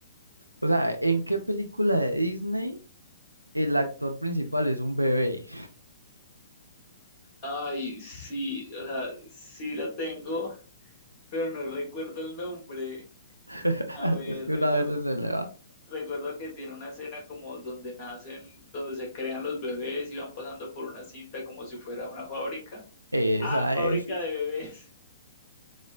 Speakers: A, on the right (about 85°); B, on the left (about 35°).
A: O sea, ¿en qué película de Disney el actor principal es un bebé?
B: Ay, sí, o sea, sí la tengo, pero no recuerdo el nombre.
A: <laughs>
B: A ver,
A: Es que
B: recuerdo,
A: una vez se le va.
B: recuerdo que tiene una escena como donde nacen, donde se crean los bebés y van pasando por una cinta como si fuera una fábrica.
A: Esa
B: Ah, fábrica
A: es.
B: de bebés. <laughs>